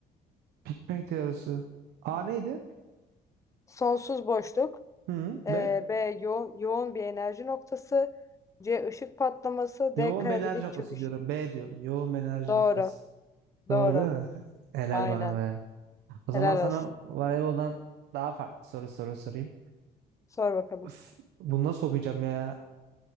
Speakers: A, on the right; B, on the left.
A: Big Bang teorisi. A neydi?
B: Sonsuz boşluk.
A: Hı, B.
B: e, B. Yo yoğun bir enerji noktası. C. Işık patlaması.
A: Yoğun
B: D. Kara
A: bir enerji
B: delik
A: noktası
B: çöküşü.
A: diyorum. B diyorum. Yoğun bir enerji
B: Doğru.
A: noktası.
B: Doğru.
A: Doğru değil mi? Helal
B: Aynen.
A: bana be. O zaman
B: Helal
A: sana
B: olsun.
A: voleyboldan daha farklı soru soru sorayım.
B: Sor bakalım.
A: Üf, Bunu nasıl okuyacağım ya?